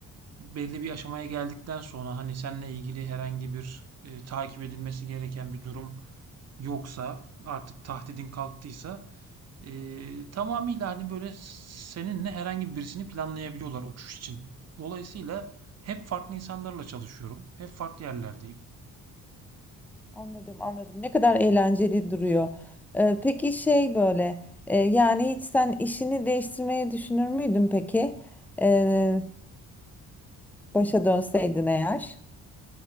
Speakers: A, on the right; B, in the centre.
A: belli bir aşamaya geldikten sonra hani seninle ilgili herhangi bir e, takip edilmesi gereken bir durum yoksa artık tahdidin kalktıysa e, tamamıyla hani böyle seninle herhangi birisini planlayabiliyorlar uçuş için. Dolayısıyla hep farklı insanlarla çalışıyorum. Hep farklı yerlerdeyim.
B: Anladım anladım ne kadar eğlenceli duruyor. Ee, peki şey böyle e, yani hiç sen işini değiştirmeyi düşünür müydün peki Ee, başa dönseydin eğer?